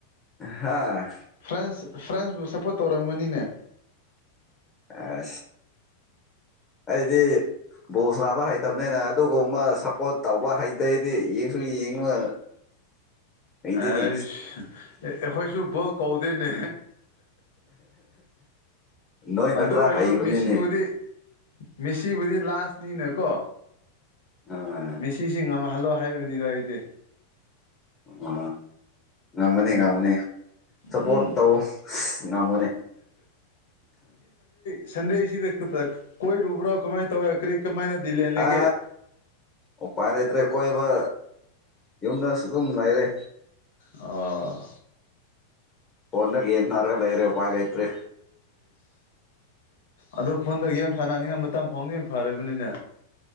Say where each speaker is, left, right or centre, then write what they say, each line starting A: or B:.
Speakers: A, on the left; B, on the left.
A: ꯍꯥꯥ
B: ꯐ꯭ꯔꯥꯟꯁ ꯐ꯭ꯔꯥꯟꯁꯕꯨ ꯁꯞꯄꯣꯔꯠ ꯇꯧꯔꯝꯒꯅꯤꯅꯦ
A: ꯑ ꯑꯩꯗꯤ ꯕꯣꯁ ꯅꯥꯕ ꯍꯩꯇꯕꯅꯤꯅ ꯑꯗꯨꯒꯨꯝꯕ ꯁꯞꯄꯣꯔꯠ ꯇꯧꯕ ꯍꯩꯇꯗꯤ ꯁ ꯌꯦꯡꯕ ꯍꯩꯇꯦꯅꯦ
B: ꯑꯩ ꯑꯩꯈꯣꯏꯁꯨ ꯕꯣ ꯀꯧꯗꯦꯅꯦ
A: ꯅꯣꯏꯅ
B: ꯑꯗꯨ
A: ꯈꯔ
B: ꯑꯣꯏꯔꯁꯨ
A: ꯍꯩꯕꯅꯤꯅꯦ
B: ꯃꯦꯁꯤꯕꯨꯗꯤ ꯃꯦꯁꯤꯕꯨꯗꯤ ꯂꯥꯁꯅꯤꯅꯦꯀꯣ
A: ꯑ ꯑꯣ
B: ꯃꯦꯁꯤꯁꯤ ꯉ ꯍꯜꯂꯣ ꯍꯥꯏꯕꯅꯤꯗ ꯑꯩꯗꯤ
A: ꯑ ꯉꯃꯅꯦ ꯉꯃꯅꯦ ꯁꯞꯄꯣꯔꯠ
B: ꯎꯝ
A: ꯇꯧ ꯉꯝꯒꯅꯤ
B: ꯁꯗꯦꯁꯤ ꯀꯣꯏ ꯔꯨꯕꯔ ꯀꯃꯥꯏ ꯇꯧꯋ ꯀꯔꯤ ꯀꯃꯥꯏꯅ ꯗꯤ ꯂꯦꯟ ꯂꯩꯒꯦ
A: ꯑ ꯎ ꯄꯥꯏꯗꯇꯦ ꯀꯣꯏꯕ ꯌꯨꯝꯗꯁꯨ ꯑꯗꯨꯝ ꯂꯩꯔꯦ
B: ꯑꯣ
A: ꯐꯟꯗ ꯒꯝꯅꯔꯒ ꯂꯩꯏꯔꯦ ꯎ ꯄꯥꯏ ꯂꯩꯥꯏꯇ꯭ꯔꯤ
B: ꯑꯗꯨ ꯐꯣꯟꯗ ꯒꯦꯝ ꯁꯥꯟꯅꯅꯤꯅ ꯃꯇꯝ ꯐꯥꯎꯅ ꯌꯥꯝ ꯐꯕꯅꯤꯅꯦ